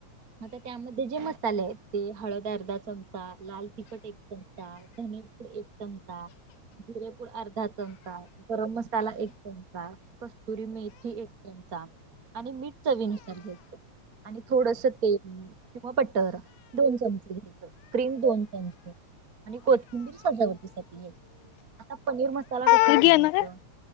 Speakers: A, on the right; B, on the left.
A: आता त्यामध्ये जे मसाले आहेत ते हळद अर्धा चमचा, लाल तिखट एक चमचा पनीरपू एक चमचा, जिरेपूड अर्धा चमचा गरम मसाला एक चमचा, कस्तुरी मेथी एक चमचा आणि मीठ चवीनुसार घ्यायचं आणि थोडस तेल किंवा बटर दोन चमचे घ्यायच क्रीम दोन चमचे आणि कोथिंबीर सजावटी साठी आहे आता पनीर मसाला कस बनवायचं?
B: तू घेणार आहे?